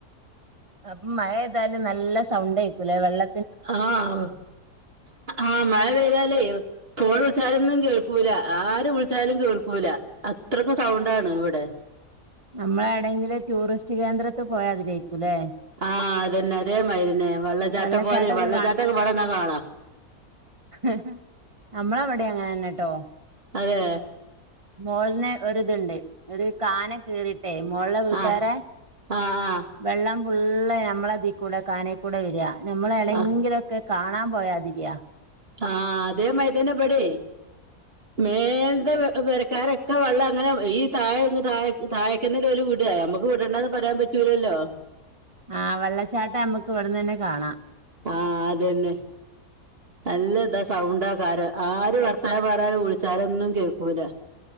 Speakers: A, on the right; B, on the right.
A: അപ്പ മഴ താല് നല്ല സൗണ്ടേക്കുല്ലേ വെള്ള
B: ആഹ് ആ മഴ പെയ്താലേ ഫോൺ വിളിച്ചാലൊന്നും കേൾക്കൂല ആര് വിളിച്ചാലും കേൾക്കൂല അത്രക്കു സൗണ്ടാണ് ഇവടെ
A: നമ്മളെവിടെങ്കിലും ടൂറിസ്റ്റ് കേന്ദ്രത്തി പോയാതിരേക്കുല്ലേ
B: ആഹ് അതന്നെ അതേ മാര്യന്നെ വെള്ളച്ചാട്ടം
A: വെള്ളച്ചാട്ടൊക്കെ
B: പോലെ വെള്ളച്ചാട്ടൊക്കെവെടന്നാ കാണാ
A: അഹ് നമ്മളവടിം അങ്ങനെന്നെട്ടോ
B: അതെ
A: മോള്ന്ന് ഒരിതുണ്ട് ഒരു കാന കീറി ട്ടെയ് മോള്ലെ വീട്ടാരെ
B: ആ ആ ആ
A: വെള്ളം ഫുള്ള് നമ്മളതിക്കൂടെ കാനെക്കൂടെ വര നമ്മളെടെങ്കിലൊ
B: ആ
A: ക്കെ കാണാൻ പോയാതിരിയാ
B: ആഹ് അതേ മാരിയെന്നെബടെ മേൽത്തെ പെരക്കാരൊക്കെ വെള്ളം അങ്ങനെ ഈ താഴേക്ക് താഴേക് താഴക്കന്നെല്ലേ ഓല് വിട നമുക്ക് വിടണ്ടന്ന് പറയാൻ പറ്റൂലല്ലോ
A: ആ വെള്ളച്ചാട്ടം നമ്മുക്ക് ഇവിടന്ന്ന്നെ കാണാം
B: ആ അതന്നെ നല്ല ഇതാ സൗണ്ട് ആകാരം ആര് വർത്താനം പറഞ്ഞാലും വിളിച്ചാലൊന്നും കേക്കൂല